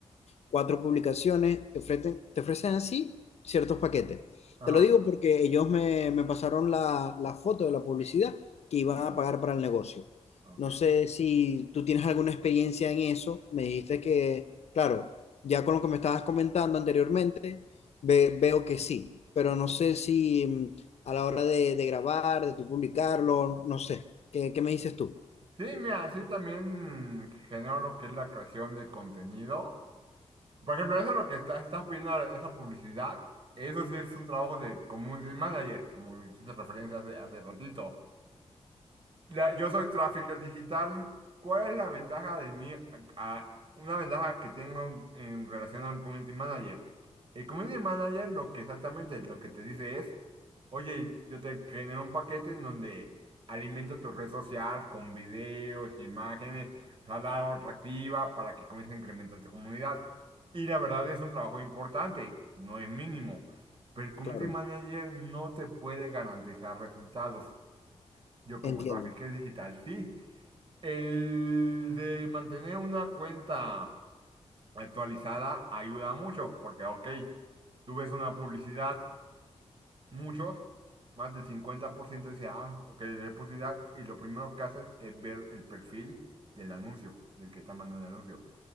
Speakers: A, on the left (about 70°); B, on the right (about 50°).
A: cuatro publicaciones, te ofrecen, te ofrecen así ciertos paquetes.
B: Ajá,
A: Te lo digo porque ellos me, me pasaron la, la foto de la publicidad que iban
B: ok,
A: a pagar para el negocio.
B: ok.
A: No sé si tú tienes alguna experiencia en eso. Me dijiste que, claro, ya con lo que me estabas comentando anteriormente, ve- veo que sí, pero no sé si mm, a la hora de, de grabar, de tú publicarlo, no sé. ¿Qué, qué me dices tú?
B: Sí, mira, así también genero lo que es la creación de contenido. Por ejemplo, eso es lo que está, estás pidiendo, esa publicidad, eso sí es un trabajo de community manager, como hiciste referencia hace, hace ratito. La- yo soy trafficker digital. ¿Cuál es la ventaja de mí? a- una ventaja que tengo en relación al community manager. El community manager lo que exactamente lo que te dice es, oye, yo te genero un paquete en donde alimento tu red social con videos, imágenes, o sea, la hago atractiva para que comience a incrementar tu comunidad. Y la verdad es un trabajo importante, no es mínimo. Pero el community
A: Claro,
B: manager no te puede garantizar resultados. Yo como
A: entiendo.
B: trafficker digital, sí. El de mantener una cuenta actualizada ayuda mucho, porque, ok, tú ves una publicidad, muchos, más del 50% dice, ah, ok, es publicidad, y lo primero que hacen es ver el perfil del anuncio, del que está mandando el anuncio.